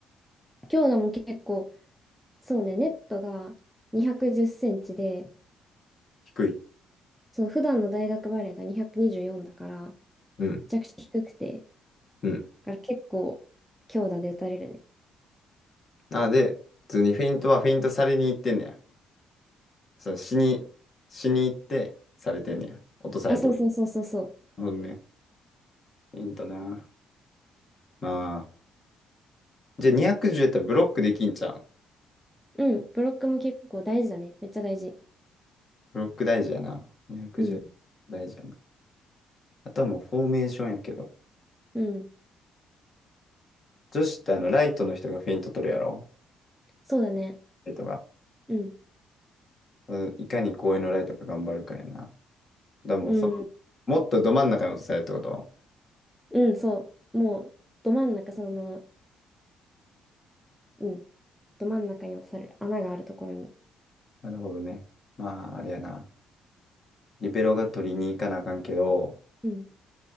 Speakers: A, in the centre; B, on the left.
A: 強度も結構、そうね、ネットが210センチで、
B: 低い。
A: そう、普段の大学バレーが224だから、
B: うん、
A: めちゃくちゃ低くて、
B: うん。
A: だから結構強打で打たれるね。
B: なので、普通にフェイントはフェイントされに行ってんねや。そう、死に、死に行ってされてんねや。落とされて。
A: あ、そうそうそうそうそう。
B: なるほどね。いいんだな。まあ。じゃあ210やったらブロックできんじゃん。
A: うん、ブロックも結構大事だね。めっちゃ大事。
B: ブロック大事やな。210大事やな。
A: うん、
B: あとはもうフォーメーションやけど。
A: うん、
B: 女子ってあの、ライトの人がフェイント取るやろ
A: そうだね。
B: ライトが。
A: うん、
B: うん、いかに公園のライトが頑張るかやな。でもそ
A: うん、
B: う、もっとど真ん中に落とされるってこと
A: うん、そう。もう、ど真ん中、その、うん、ど真ん中に落とされる穴があるところに。
B: なるほどね。まあ、あれやな。リベロが取りに行かなあかんけど、
A: うん、